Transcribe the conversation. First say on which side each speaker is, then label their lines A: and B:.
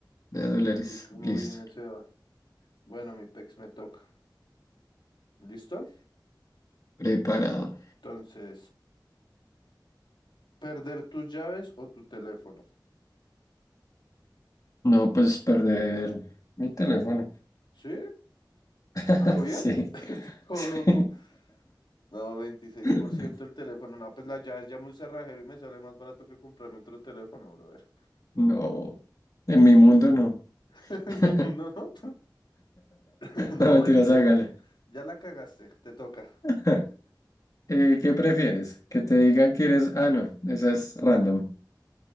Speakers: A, on the left; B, on the left.
A: de dólares.
B: Así como
A: Listo.
B: viene se va. Bueno, mi pex me toca. ¿Listo?
A: Preparado.
B: Entonces, ¿perder tus llaves o tu teléfono?
A: No, pues perder mi teléfono.
B: ¿Sí?
A: <laughs>
B: ¿A lo bien?
A: Sí.
B: <laughs> Está todo
A: Sí.
B: loco. No, veintiséis
A: <laughs>
B: por ciento el teléfono. No, pues la llave es ya a un cerrajero y me sale más barato que comprarme otro teléfono, brother.
A: No. En mi mundo no.
B: <laughs> Es
A: <laughs>
B: un mundo, ¿no? <laughs> No,
A: No mentiras,
B: el tele.
A: hágale.
B: Ya la cagaste, te toca.
A: <laughs> Eh, ¿qué prefieres? ¿Que te digan que eres... Ah, no, esa es random.